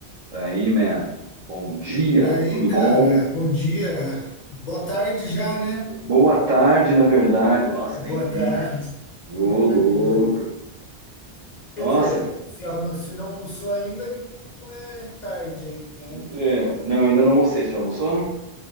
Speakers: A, on the right (about 50°); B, on the left (about 55°).
A: Daí, man. Bom dia,
B: Daí,
A: tudo
B: cara,
A: bom?
B: bom dia. Boa tarde já, né?
A: Boa tarde, na verdade. Nossa,
B: É, boa
A: nem vi,
B: tarde.
A: cara. Ô,
B: E tranquila.
A: louco. Nossa,
B: Quer dizer, se, almo- se não almoçou ainda, não é tarde ainda, né?
A: é. Não, ainda não almocei. Você já almoçou?